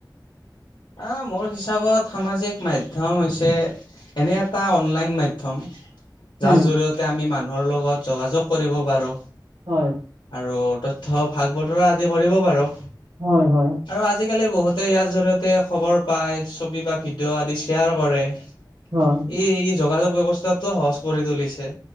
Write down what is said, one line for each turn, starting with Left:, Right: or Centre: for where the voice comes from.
Left: আ', মোৰ হিচাপত সামাজিক মাধ্যম হৈছে এনে এটা অনলাইন মাধ্যম! যাৰ
Right: উম
Left: জৰিয়তে আমি মানুহৰ লগত যোগাযোগ কৰিব পাৰো!
Right: হয়!
Left: আৰু তথ্য ভাগ বতৰা আদি কৰিব পাৰো!
Right: হয়, হয়!
Left: আৰু আজিকালি বহুতে ইয়াৰ জৰিয়তে খবৰ পায়! ছবি বা ভিডিঅ' আদি শ্বেয়াৰ কৰে? ই
Right: হয়
Left: ই যোগাযোগ ব্যৱস্থাতটো সহজ কৰি তুলিছে!